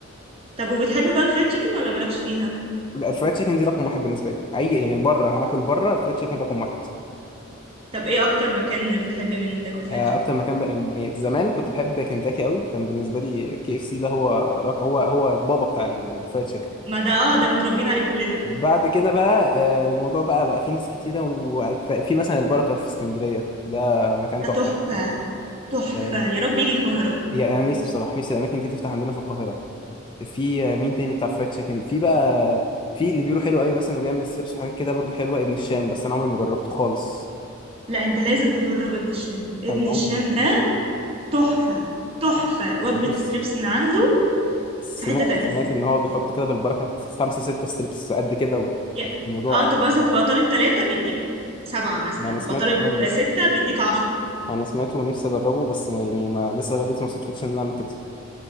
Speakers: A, on the right; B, on the left.
A: طب وبتحب بقى الفرايد تشيكن ولا مالكش فيها؟
B: لا، الفرايد تشيكن دي رقم واحد بالنسبه لي اي يعني بره هناكل بره فرايد تشيكن رقم واحد
A: طب ايه أكتر مكان بتحب منه تاكل فرايد
B: آه،
A: تشيكن؟
B: اكتر مكان بقى يعني زمان كنت بحب كنتاكي قوي كان بالنسبه لي كي اف سي ده هو رق- هو هو البابا بتاع الفرايد تشيكن
A: ما ده اه ده متربيين عليه كلنا
B: بعد كده بقى آه، الموضوع بقى بقى في ناس كتيره وفي مثلا البركه في اسكندريه ده مكان
A: ده
B: تحفه
A: تحفة تحفة
B: آه،
A: يا رب يجي القاهرة
B: يعني أنا نفسي بصراحه نفسي الاماكن دي تفتح عندنا في القاهره في مين تاني بتاع فرايد تشيكن في بقى في اللي بيقولوا حلو قوي مثلا وبيعمل ستريبس وحاجات كده برضو حلوه ابن الشام بس انا عمري ما جربته خالص
A: لا انت لازم تجرب ابن الشام ابن
B: انا عمري
A: الشام
B: ما
A: ده
B: جربته
A: تحفة تحفة وجبة
B: نفسي
A: ستريبس من عنده
B: سمعت
A: في حتة تانية
B: سمعت ان هو بيحط كده بالبركه خمسه سته ستريبس قد كده
A: يا-
B: والموضوع
A: اه انت مثلا تبقى طالب ثلاثة بيديك سبعة مثلا
B: ما انا سمعت
A: تبقى طالب
B: الحوار ده
A: ستة بيديك عشرة
B: انا سمعته ونفسي اجربه بس ما يعني ما لسه لغايه دلوقتي ما صدفتش ان انا اعمل كده